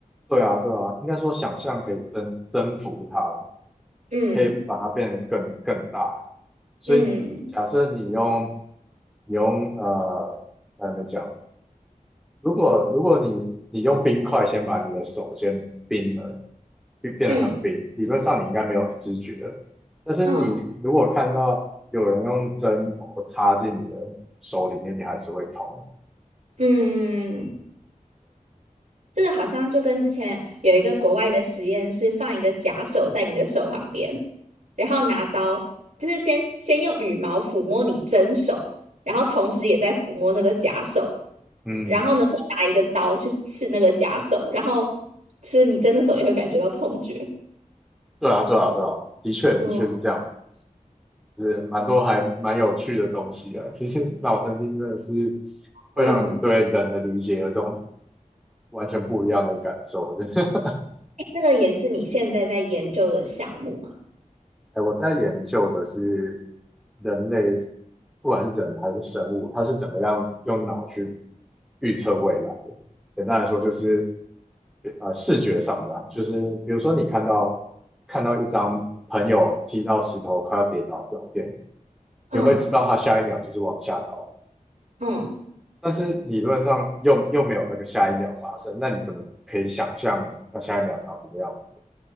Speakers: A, in the centre; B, on the right.
A: 对啊，对啊，应该说想象可以征征服它，
B: 嗯
A: 可以把它变得更更大。所以，
B: 嗯
A: 假设你用你用呃，该怎么讲？如果如果你你用冰块先把你的手先冰了，变变得很冰，
B: 嗯
A: 理论上你应该没有知觉了。但是你如果看到有人用针头插进你的手里面，
B: 嗯
A: 你还是会痛。
B: 嗯，这个好像就跟之前有一个国外的实验是放一个假手在你的手旁边，然后拿刀，就是先先用羽毛抚摸你真手，然后同时也在抚摸那个假手，
A: 嗯，
B: 然后呢再拿一个刀去刺那个假手，然后是你真的手也会感觉到痛觉。
A: 对啊，对啊，对啊，的确的确是这样，
B: 嗯
A: 就是蛮多还蛮有趣的东西啊。其实脑神经真的是会让你对人的理解有种
B: 嗯，
A: 完全不一样的感受的。<laughs>
B: 诶这个也是你现在在研究的项目吗？
A: 哎，我在研究的是人类，不管是人还是生物，它是怎么样用脑去预测未来的。简单来说，就是呃视觉上的啊，就是比如说你看到看到一张朋友踢到石头快要跌倒的照片，
B: 嗯
A: 你会知道他下一秒就是往下倒，
B: 嗯
A: 但是理论上又又没有那个下一秒发生，那你怎么可以想象那下一秒长什么样子？